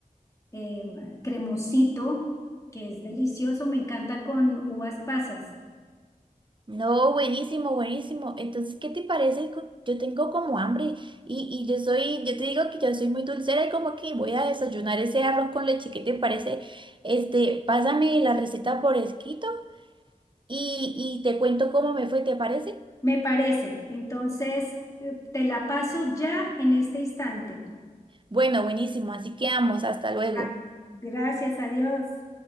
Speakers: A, on the left; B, on the right.
A: eh, cremosito, que es delicioso, me encanta con uvas pasas,
B: No, buenísimo, buenísimo. Entonces, ¿qué te parece? Co- Yo tengo como hambre y, y yo soy, yo te digo que yo soy muy dulcera y como que voy a desayunar ese arroz con leche. ¿Qué te parece? Este, pásame la receta por escrito y, y te cuento cómo me fue, ¿te parece?
A: me parece. Entonces, eh, te la paso ya en este instante.
B: Bueno, buenísimo. Así que vamos, hasta luego.
A: Vale, gracias adiós.